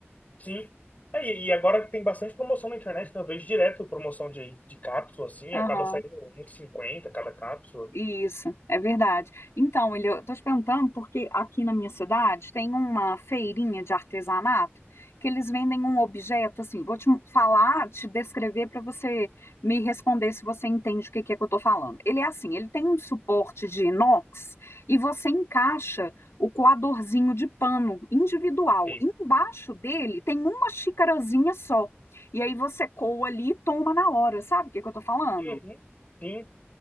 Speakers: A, on the left; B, on the left.
A: Sim. É, E e agora tem bastante promoção na internet, né? Eu vejo direto promoção de, de cápsula, assim,
B: Aham.
A: acaba saindo um e cinquenta cada cápsula.
B: Isso, é verdade. Então, ele, eu tô te perguntando porque aqui na minha cidade tem uma feirinha de artesanato que eles vendem um objeto assim. Vou te falar, te descrever para você me responder se você entende o que que é que eu tô falando. Ele é assim, ele tem um suporte de inox e você encaixa o coadorzinho de pano individual.
A: E,
B: Embaixo dele tem uma xicarazinha só. E aí você coa ali e toma na hora. Sabe o que que eu tô falando?
A: uhum, sim.